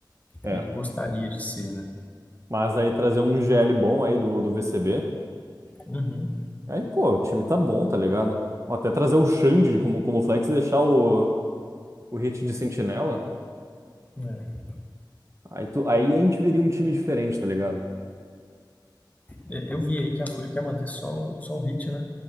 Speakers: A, on the right (about 35°); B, on the left (about 20°).
A: É.
B: ele gostaria de ser, né?
A: Mas aí trazer um IGL bom aí do, do VCB.
B: Uhum,
A: Aí, pô, o time tá bom, tá ligado? Ou até trazer o Xande como, como Flex e deixar o, o Hit de Sentinela.
B: é.
A: Aí, tu, aí a gente veria um time diferente, tá ligado?
B: É, Eu vi aí que a Fúria quer manter só, o- só o Hit, né?